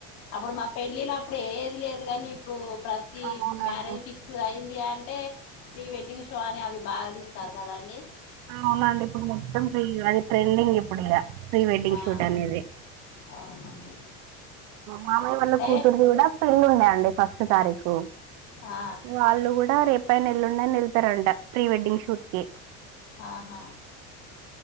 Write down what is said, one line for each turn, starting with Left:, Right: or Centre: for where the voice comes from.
Left: అప్పుడు మా పెళ్ళిలు అప్పుడు ఏది లేదు కానీ ఇప్పుడు ప్రతి
Right: అవునండి
Left: మ్యారేజ్ ఫిక్స్ అయింది అంటే ప్రీ వెడ్డింగ్ అని అవి బాగా తీస్తారు కదా అండి
Right: అవును అండి ఇప్పుడు మొత్తం ఫ్రీ అది ట్రెండింగ్ ఇప్పుడు ఇగ ప్రీ వెడ్డింగ్
Left: ఆ
Right: సూట్ అనేది
Left: అవునండి
Right: మామయ వల్ల
Left: అంటే
Right: కూతురుది కూడా పెళ్ళి ఉండే అండి ఫస్ట్ తారీఖ ఉ
Left: ఆ
Right: వాళ్ళు కూడా రేపాయిన ఎల్లుండయిన తరండ ఫ్రీ వెడ్డింగ్ షూట్ కి
Left: ఆహా